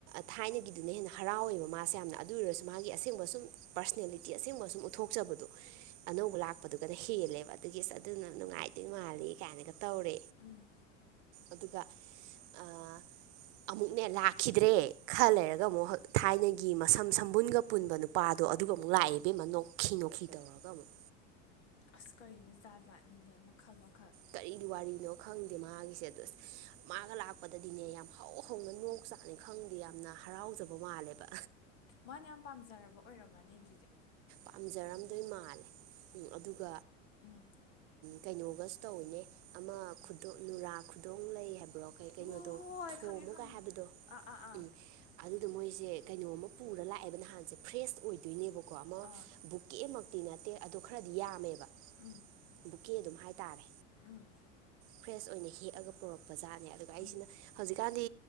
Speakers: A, on the right; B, on the left.
A: ꯊꯥꯏꯅꯒꯤꯗꯨꯅ ꯍꯦꯟꯅ ꯍꯔꯥꯎꯋꯦꯕ ꯃꯥꯁꯦ ꯌꯥꯝꯅ ꯑꯗꯨ ꯑꯣꯏꯔꯁꯨ ꯃꯥꯒꯤ ꯑꯁꯦꯡꯕ ꯁꯨꯝ ꯄꯥꯔꯁꯅꯦꯂꯤꯇꯤ ꯑꯁꯦꯡꯕ ꯁꯨꯝ ꯎꯠꯊꯣꯛꯆꯕꯗꯣ ꯑꯅꯧꯕ ꯂꯥꯛꯄꯗꯨꯒꯅ ꯍꯦꯜꯂꯦꯕ ꯑꯗꯨꯒꯤ ꯑꯗꯨꯅ ꯅꯨꯡꯉꯥꯏꯗꯣꯏ ꯃꯥꯜꯂꯤ ꯀꯥꯏꯅꯒ ꯇꯧꯔꯦ
B: ꯎꯝ
A: ꯑꯗꯨꯒ ꯑ ꯑꯃꯨꯛꯅꯦ ꯂꯥꯛꯈꯤꯗ꯭ꯔꯦ ꯈꯔ ꯂꯩꯔꯒ ꯑꯃꯨꯛ ꯊꯥꯏꯅꯒꯤ ꯃꯁꯝ ꯁꯝꯕꯨꯟꯒ ꯄꯨꯟꯕ ꯅꯨꯄꯥꯗꯣ ꯑꯗꯨꯒ ꯑꯃꯨꯛ ꯂꯥꯛꯑꯦ ꯏꯕꯦꯝꯃ ꯅꯣꯡ ꯈꯤ ꯅꯣꯛꯈꯤ ꯇꯧꯔꯒ ꯑꯃꯨꯛ
B: ꯑꯁ ꯀꯔꯤꯅꯣ ꯖꯥꯠ ꯖꯥꯠꯅꯤꯅꯦ ꯃꯈꯜ ꯃꯈꯜ
A: ꯀꯔꯤꯗꯤ ꯋꯥꯔꯤꯅꯣ ꯈꯪꯗꯦ ꯃꯥꯒꯤꯁꯦ ꯑꯗꯣ ꯃꯥꯒ ꯂꯥꯛꯄꯗꯗꯤꯅꯦ ꯌꯥꯝ ꯍꯧ ꯍꯧꯅ ꯅꯣꯛ ꯎꯆꯥꯛꯅꯤ ꯈꯪꯗꯦ ꯌꯥꯝꯅ ꯍꯔꯥꯎꯖꯕ ꯃꯥꯜꯂꯦꯕ
B: ꯃꯥꯅ ꯌꯥꯝ ꯄꯥꯝꯖꯔꯕ ꯑꯣꯏꯔꯝꯃꯅꯤ ꯑꯗꯨꯗꯤ
A: ꯄꯥꯝꯖꯔꯝꯗꯣꯏ ꯃꯥꯜꯂꯦ ꯎꯝ ꯑꯗꯨꯒ
B: ꯎꯝ
A: ꯀꯩꯅꯣꯒꯁꯨ ꯇꯧꯋꯤꯅꯦ ꯑꯃ ꯈꯨꯗꯣ ꯅꯨꯔꯥ ꯈꯨꯗꯣꯡ ꯂꯩ ꯍꯥꯏꯕ꯭ꯔꯣ ꯀꯩ ꯀꯩꯅꯣꯗꯣ
B: ꯍꯣꯏ ꯍꯣꯏ ꯍꯣꯏ
A: ꯊꯣꯝꯃꯨꯒ
B: ꯈꯪꯉꯦ ꯈꯪꯉꯦ
A: ꯍꯥꯏꯕꯗꯣ
B: ꯑꯥ ꯑꯥ ꯑꯥ
A: ꯎꯝ ꯑꯗꯨꯗꯣ ꯃꯣꯏꯁꯦ ꯀꯩꯅꯣꯝꯃ ꯄꯨꯔ ꯂꯥꯛꯑꯦꯕ ꯅꯍꯥꯟꯁꯦ ꯐ꯭ꯔꯦꯁ ꯑꯣꯏꯗꯣꯏꯅꯦꯕꯀꯣ ꯑꯃ
B: ꯑꯥ
A: ꯕꯨꯛꯀꯦꯃꯛꯇꯤ ꯅꯠꯇꯦ ꯑꯗꯣ ꯈꯔꯗꯤ ꯌꯥꯝꯃꯦꯕ
B: ꯎꯝ
A: ꯄꯨꯛꯀꯦ ꯑꯗꯨꯝ ꯍꯥꯏꯇꯥꯔꯦ
B: ꯎꯝ
A: ꯐ꯭ꯔꯦꯁ ꯑꯣꯏꯅ ꯍꯦꯛꯑꯒ ꯄꯨꯔꯛꯄꯖꯥꯠꯅꯦ ꯑꯗꯨꯒ ꯑꯩꯁꯤꯅ
B: ꯎꯝ
A: ꯍꯧꯖꯤꯛ ꯍꯧꯖꯤꯛ ꯀꯥꯟꯗꯤ